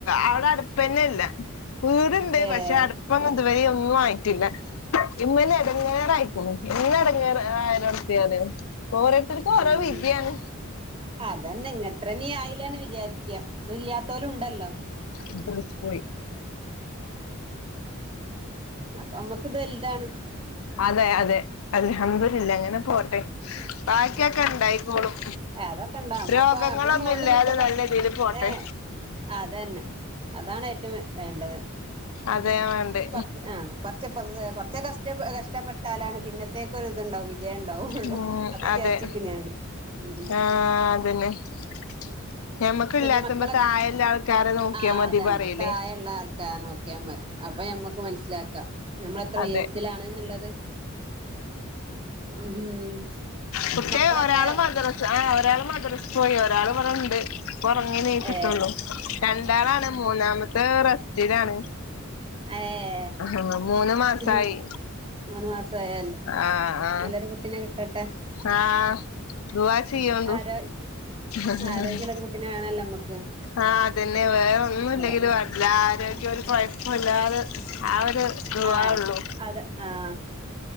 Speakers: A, on the left; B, on the right.
A: അവിടെ അടുപ്പന്നെ ഇല്ല വീടുണ്ട്
B: ഏഹ്
A: പക്ഷെ അടുപ്പ് ഒന്നും ഇതുവരെ ഒന്നും ആയിട്ടില്ല ഇന്നന്നെ ഇടങ്ങീറായിക്കണ് ആയിരത്തിയറ് ഓരോരുത്തർക്കും ഓരോ
B: ഉം
A: വിധിയാണ്
B: അതന്നെ ഇങ്ങത്രന്നെ ആയില്ലന്ന് വിചാരിക്ക ഇത് ഇല്ലാത്തോലും ഇണ്ടല്ലോ
A: മദ്രസ പോയി
B: അപ്പൊ മ്മക്ക് ഇത് വൽതാണ്
A: അതെ അതെ അൽഹംദുലില്ലാഹ് അങ്ങനെ പോട്ടെ ബാക്കിയൊക്കെ ഇണ്ടായിക്കോളും
B: ്അതൊക്കെ ഇണ്ടാ മ്മളാപ്പോ
A: രോഗങ്ങളൊന്നും
B: നമ്മള് മുകളിൽ
A: ഇല്ലാതെ
B: നിക്കുമ്പോ
A: നല്ല രീതിൽ പോട്ടെ
B: ഏ അതന്നെ അതാണ് ഏറ്റവും വേണ്ടത്
A: അതെ വേണ്ടേ
B: കുറച്ച് ആ കൊറച്ച കുറച്ച കഷ്ടപ്പെട്ടാലാണ് പിന്നത്തേക്ക ഒ ഇതുണ്ടാവ വിജയണ്ടാവൊള്ളൂ
A: ഉം
B: അത് വിചാരിച്ചിക്കു
A: അതെ
B: ഞാന് ഉ
A: ആഹ് അതന്നെ <unintelligible>
B: പിന്നെ
A: ഇല്ലാത്തുമ്പോ
B: മക്കളൊക്കെ
A: താഴെല്ല ആൾക്കാരെ നോക്കിയാ
B: ആഹ
A: മതി
B: അതന്നെ
A: പറയിലേ
B: തഴേള്ള ആൾക്കാരെ നോക്കിയാൽ മതി അപ്പൊ ഞമ്മക്ക് ക്ക് മനസ്സിലാക്കാം നമ്മളെത്ര
A: അതെ
B: ഉയരത്തിലാണ് ന്നുള്ളത് ഉം
A: കുട്ടേ
B: മക്കളൊക്കെ
A: ഒരാള് മദ്രസ് ആ ഒരാൾ മദ്രസ് പോയി ഒരാള് ഇവിടണ്ട് ഉറങ്ങി നീച്ചിട്ടുള്ളൂ
B: ഏ
A: രണ്ടാളാണ് മൂന്നാമത്തെ റെസ്റ്റിലാണ്
B: ഏ
A: ആഹ് മൂന്ന് മാസായി
B: ഏ മൂന്ന് മാസായല്ലേ
A: ആ ആ
B: നല്ലൊരു കുട്ടിനെ കിട്ടട്ടെ
A: ആഹ ദുആ ചെയ്യോണ്ടു
B: ആരോ
A: ആഹ്
B: ആരോഗ്യള്ള ഒരു കുട്ടിനെ വേണല്ലോ നമ്മക്ക്
A: ആഹ അതന്നെ വേറെന്നുംല്ലെങ്കും
B: അതന്നെ
A: വേണ്ടില്ല ആരോഗ്യം ഒരു കുഴപ്പില്ലാതെ ആ ദുആ
B: ആഹ്
A: ഒള്ളു
B: അതെ ആഹ്